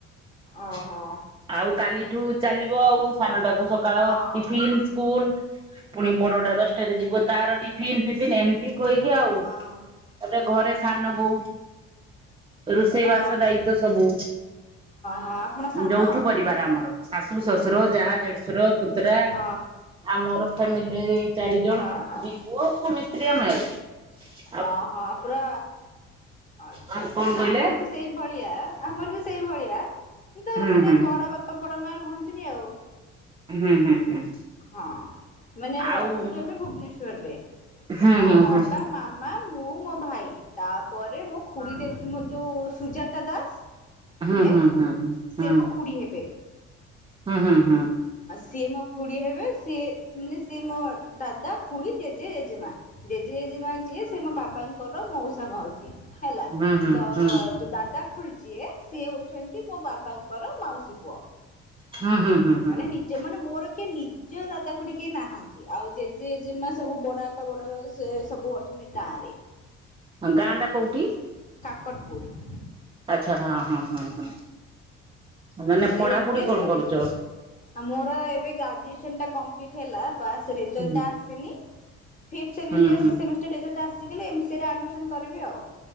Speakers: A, on the left; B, on the right.
A: ଓହୋ
B: <unintelligible> ଆଉ କାଲି ଏଠୁ ଚାଲିବ ଆଉ ସାନ ଟାକୁ ସକାଳ
A: ହଁ
B: ଟିଫିନ୍ ସ୍କୁଲ ପୁଣି ବଡ ଟା ଦଶଟାରେ ଯିବ ତାର ଟିଫନ୍ ଫିଫ ଏମ୍ <unintelligible> କହିବି ଆଉ
A: ହଁ
B: ତାପରେ ଘରେ ସାନ ବୋଉ ରୋଷେଇ ବାସ
A: ଅଁ ହଁ
B: ଦାୟିତ୍ଵ ସବୁ
A: ହଁ ଆପଣ ସାନ
B: ଯୌଥ ପରିବାର ଆମର ଶାଶୁ, ଶଶୁର, ଯା, ଦେଢଶୁର, ପୁତୁରା,
A: ହଁ
B: ଆମର ଫ୍ୟାମିଲିରେ ଏଇ ଚାରି
A: ହଁ
B: ଜଣ
A: ହଁ
B: ଦିଇ ପୁଅ ସ୍ଵାମି, ସ୍ତ୍ରୀ ମାଉ
A: ଅ ହଁ ପୁରା ଆଛା
B: କଣ କହିଲେ
A: ଆମର ବି ସେଇ ଭଳିଆ ଆମର ବି ସେଇଭଳିଆ କିନ୍ତୁ
B: ହୁଁ
A: ମାନେ
B: ହୁଁ
A: ବଡ ବାପା ବ <unintelligible> ରୁହନ୍ତିନି ଆଉ
B: ହୁଁ ହୁଁ ହୁଁ।
A: ହଁ ମାନେ ଆମେ
B: ଆଉ
A: ରହୁଛୁ ଆମେ ଭୁବନେଶ୍ଵରରେ
B: ହୁଁ
A: ମୋ
B: ହୁଁ
A: ବାବା
B: ହୁଁ
A: ମାମା ମା ମୁଁ ମୋ ଭାଇ ତାପରେ ମୋ ଖୁଡି ଦେଖି ନଥିେବେ ଯୋଉ ସୁଜାତା ଦାସ
B: ହୁଁ
A: ଯିଏ
B: ହୁଁ ହୁଁ ହଁ
A: ସିଏ
B: ହୁଁ।
A: ମୋ ଖୁଡି ହେବେ
B: ହୁଁ ହୁଁ ହୁଁ।
A: ସେଏ ଖୁରୀ ହେବେ ସିଏ ମାନେ ସିଏ ମୋ ଦାଦା ଖୁୁରୀ ଜେଜେ ଜେଜେମା ଜେଜେ ଜେଜେମା ଯିଏ ସେ ମୋ ବାବାଙ୍କୁ କର ମଉସା ମାଉସୀ ହେଲା
B: ହୁଁ ହୁଁ ହୁଁ
A: ତ
B: ହୁଁ
A: ତୁ ଦାଦା ଖୁଡି ଯିଏ ସିଏ ହଉଛନ୍ତି ମୋ ବାବାଙ୍କର ମାଉସୀ ପୁଅ।
B: ହୁଁ ହୁଁ ହୁଁ ହୁଁ।
A: ମାନେ ନିଜ ମାନେ ମୋର କିଏ ନିଜ ଦାଦା ଖୁଡି କେହି ନାହାନ୍ତି ଆଉ ଜେଜେଜେମା ସବୁ ବଡ ବାପା ବଡ ବା ସବୁ ଅଛନ୍ତି ଗାଁ ରେ।
B: ଆ ଗାଁ ଟା କୋଉଠି?
A: କଟପୁର।
B: ଆଚ୍ଛା ହଁ ହଁ ହଁ ହଁ। ମାନେ
A: ସେ
B: ପଢାପଢି
A: ଏମତି ଏ
B: କଣ
A: ସବୁ
B: କରୁଛ
A: ମିଶିକି ଆ ମୋର ଏବେ ଗ୍ରାଜୁଏସନ୍ ଟା କମ୍ପଲିଟ ହେଲା। କ୍ଲାସ୍ ରେଜଲ୍ଟ
B: ହୁଁ
A: ଆସିନି । ଫିପଥ ସେମିଷ୍ଟର
B: ହୁଁ ହୁଁ
A: ସିକ୍ସ ସେମିଷ୍ଟର ରେଜଲ୍ଟ ଆ ଆସି ଗଲେ ଏମସିଏ ରେ ଆଡ଼ମିସନ୍ କରିବି ଆଉ।